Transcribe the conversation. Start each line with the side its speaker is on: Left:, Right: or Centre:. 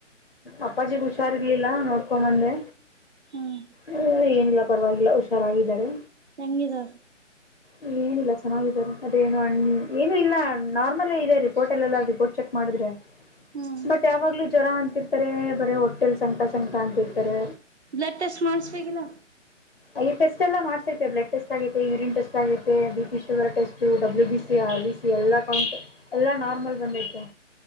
Left: ಅಪ್ಪಾಜಿಗ್ ಹುಷಾರ್ರ್ಲಿಲ್ಲ ನೋಡ್ಕೊಂಬಂದೆ
Right: ಹ್ಮ್
Left: ಹ್ಮ ಏನಿಲ್ಲ ಪರವಾಗಿಲ್ಲ ಹುಷಾರಾಗಿದ್ದ ದರೆ
Right: ಎಂಗಿದಾ
Left: ಇಲ್ಲ್ ಏನಿಲ್ಲಾ ಚೆನ್ನಾಗಿದ್ದಾರೆ ಅದೇನು ಹ್ಮ ಏನು ಇಲ್ಲಾ ನಾರ್ಮಲ್ಲೇ ಇದೆ ರಿಪೋರ್ಟ್ಲ್ಲೆಲ್ಲ ರಿಪೋರ್ಟ್ ಚೆ ಮಾಡಿದ್ರ್ಯಾ
Right: ಹ್ಮ್
Left: ಮತ್ ಯಾವಾಗ್ಲೂ ಜ್ವರ ಅಂತಿರ್ತಾರೆ ಬರೇ ಹೊಟ್ಟ ಕೆಲ್ಸಮ್ ಕೆಳಸಮ್ ಆಡ್ತಿರ್ತಾರೆ.
Right: ಬ್ಲಡ್ ಟೆಸ್ಟ್ ಮಾಡಸ್ಬೇಕಿಲ್ಲೋ
Left: ಅಯ ಟೆಸ್ಟ್ ಎಲ್ಲ ಮಾಡಸೈತೆ ಬ್ಲಡ್ ಟೆಸ್ಟ್ ಆಗೈತೆ ಯೂರಿನ್ ಟೆಸ್ಟ್ ಆಗೈತೆ B P sugar test W B C R B C ಎಲ್ಲಾ ಕೌಂಟ್ ಎಲ್ಲಾ ನಾರ್ಮಲ್ ಬಂದೈತೇ